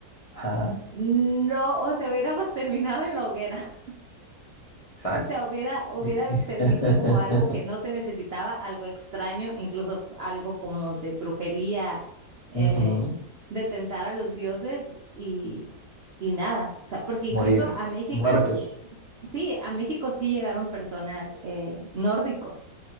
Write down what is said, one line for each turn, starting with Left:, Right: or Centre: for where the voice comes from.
Left: Ajá,
Right: no, o sea, hubiéramos terminado en la hoguera.
Left: exacto.
Right: O sea, hubiera, hubiera
Left: sí.
Right: se
Left: <laughs>
Right: visto como algo que no se necesitaba, algo extraño, incluso algo como de brujería, eh,
Left: Ujú.
Right: de tentar a los dioses y, y nada. O sea, porque incluso
Left: morir
Right: a México,
Left: muertos.
Right: s- sí, a México sí llegaron personas eh, nórdicos